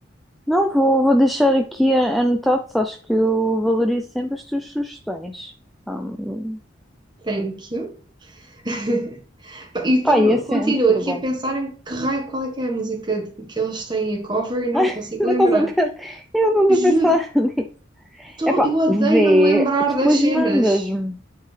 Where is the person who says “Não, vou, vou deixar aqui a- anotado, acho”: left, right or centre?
Centre